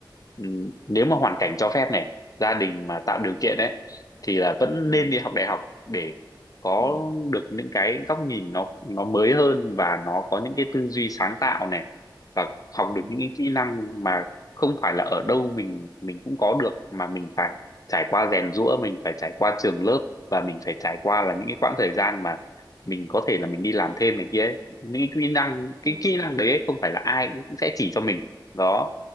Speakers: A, on the left; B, on the right.
A: ừ, nếu mà hoàn cảnh cho phép này gia đình mà tạo điều kiện ấy thì là vẫn
B: ừ
A: nên đi học đại học để có
B: ừ
A: được những cái góc nhìn nó nó mới hơn và nó có những cái tư duy sáng tạo này và học được
B: ừ
A: những cái kỹ năng mà không phải là ở đâu mình mình cũng có được mà mình phải trải qua rèn giũa mình phải trải qua trường lớp và mình phải trải qua là những cái quãng thời gian mà mình có thể là mình đi làm thêm này kia ấy. những cái kỹ năng cái
B: ừ
A: kỹ năng đấy ấy, không phải là ai cũng sẽ chỉ cho mình đó